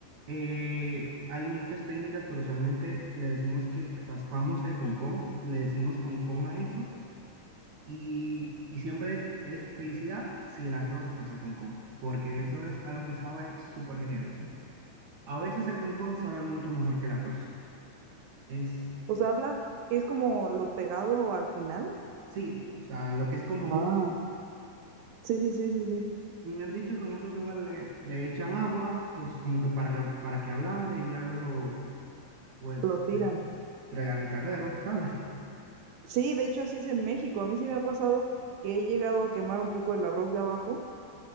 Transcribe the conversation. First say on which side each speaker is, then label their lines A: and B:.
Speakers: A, on the right (about 55°); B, on the right (about 75°).
A: eh, hay muchas técnicas, pero usualmente le decimos que raspamos el concón, le decimos concón a eso y, y siempre es felicidad si el arroz hace concón, porque eso es algo que sabe súper genial. A veces el concón sabe mucho mejor que el arroz. Es,
B: O sea, hablas que es como lo pegado al final.
A: sí, o sea, lo que es como
B: Ah,
A: duro.
B: sí, sí, sí, sí, sí.
A: Me han dicho que en otros lugares le, le echan agua, pues como que para que, para que ablande y ya luego, pues,
B: Lo tiran.
A: fregar el carrero, ¿sabes?
B: Sí, de hecho así es en México. A mí sí me ha pasado que he llegado a quemar un poco el arroz de abajo